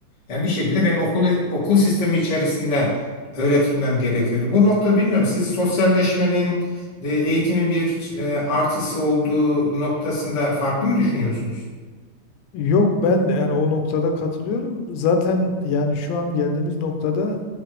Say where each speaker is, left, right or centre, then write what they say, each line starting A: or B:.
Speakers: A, on the left (about 35°); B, on the left (about 90°).
A: Yani bir şekilde ben okul okul sistemi içerisinde öğretilmem gerekiyordu. Bu noktada bilmiyorum siz sosyalleşmenin e, eğitimin bir e, artısı olduğu noktasında farklı mı düşünüyorsunuz?
B: Yok ben de yani o noktada katılıyorum. Zaten yani şu an geldiğimiz noktada